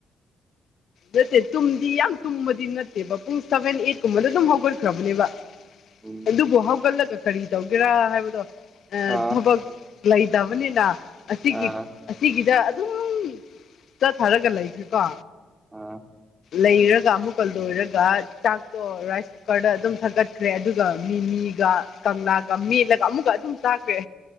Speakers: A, on the right (about 20°); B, on the left (about 65°).
A: <inaudible>
B: ꯅꯠꯇꯦ ꯇꯨꯝꯗꯤ ꯌꯥꯝ ꯇꯨꯝꯕꯗꯤ ꯅꯠꯇꯦꯕ ꯄꯨꯡ ꯁꯚꯦꯟ ꯑꯩꯠ ꯀꯨꯝꯕꯗ ꯑꯗꯨꯝ ꯍꯧꯒꯠꯈ꯭ꯔꯕꯅꯦꯕ꯫
A: ꯎꯝ
B: ꯑꯗꯨꯕꯨ ꯍꯧꯒꯠꯂꯒ ꯀꯔꯤ ꯇꯧꯒꯦꯔꯥ ꯍꯥꯏꯕꯗꯣ
A: ꯑꯥ
B: ꯊꯕꯛ__ ꯂꯩꯇꯕꯅꯤꯅ ꯑꯁꯤꯒꯤ__
A: ꯑꯥ
B: ꯑꯁꯤꯒꯤꯗ ꯑꯗꯨꯝ ꯆꯠꯊꯔꯒ ꯂꯩꯈ꯭ꯔꯦꯀꯣ꯫
A: ꯑ
B: ꯂꯩꯔꯒ ꯑꯃꯨꯛꯀ ꯂꯣꯏꯔꯒ ꯆꯥꯛꯇꯣ ꯔꯥꯏꯁ ꯀꯨꯀꯔꯗ ꯑꯗꯨꯝ ꯊꯒꯠꯈ꯭ꯔꯦ ꯑꯗꯨꯒ ꯃꯤꯃꯤꯒ ꯀꯪꯂꯥꯒ ꯃꯦꯠꯂꯒ ꯑꯃꯨꯛꯀ ꯑꯗꯨꯝ ꯆꯥꯈ꯭ꯔꯦ